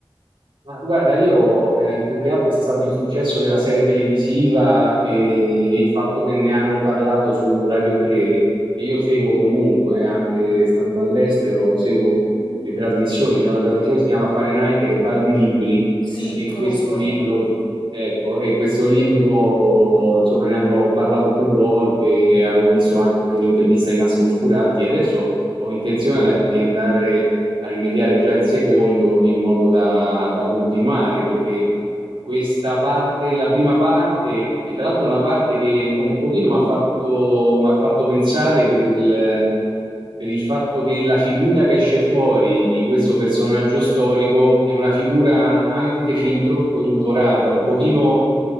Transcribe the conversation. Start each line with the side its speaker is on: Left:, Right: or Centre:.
Right: Ma guarda, io eh, più che altro è stato il successo della serie televisiva e, e il fatto che ne hanno parlato su Radio 3, che io seguo comunque, anche stando all'estero, seguo
Left: Mh.
Right: le trasmissioni. C'è una trasmissione che si chiama Fahrenheit che parla di libri
Left: Sì,
Right: e
Left: conosco.
Right: questo Sì. libro Ecco, e questo libro, insomma, ne hanno parlato più volte, avevo visto anche un'intervista di Massimo Scurati, e adesso ho intenzione di andare a rimediare già il secondo in modo da, da continuare, perché questa parte, la prima parte, che tra l'altro è una parte che un pochino mi ha fatto, mi ha fatto pensare per il, per il fatto che la figura che esce fuori di questo personaggio storico è una figura anche fin troppo edulcorata, un pochino,